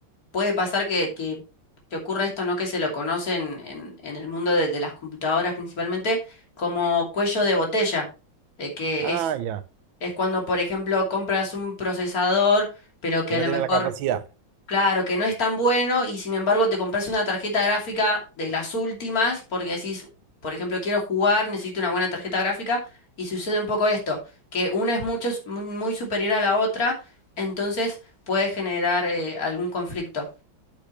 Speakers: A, on the left; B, on the right.
A: puede pasar que, que, que ocurra esto, ¿no? Que se lo conocen en, en el mundo de, de las computadoras principalmente como cuello de botella, eh, que
B: Ah,
A: es,
B: ya,
A: es cuando, por ejemplo, compras un procesador, pero que
B: que
A: a
B: no
A: lo
B: tiene
A: mejor
B: la capacidad.
A: Claro, que no es tan bueno y sin embargo te compras una tarjeta gráfica de las últimas porque decís, por ejemplo, quiero jugar, necesito una buena tarjeta gráfica y sucede un poco esto, que una es mucho, s- muy muy superior a la otra, entonces puede generar eh, algún conflicto.